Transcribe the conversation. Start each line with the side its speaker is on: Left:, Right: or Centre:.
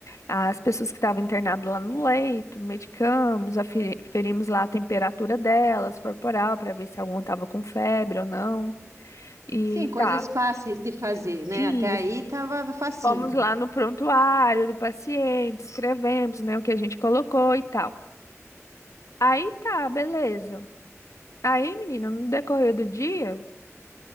Left: as pessoas que estavam internadas lá no leito, medicamos, aferi- aferimos lá a temperatura delas, corporal, para ver se alguma estava com febre ou não. E
Right: sim, coisas
Left: tá,
Right: fáceis de fazer, né?
Left: isso.
Right: Até aí tava facinho.
Left: Vamos lá no prontuário do paciente, escrevemos, né, o que a gente colocou e tal. Aí tá, beleza. Aí, menina, no decorrer do dia,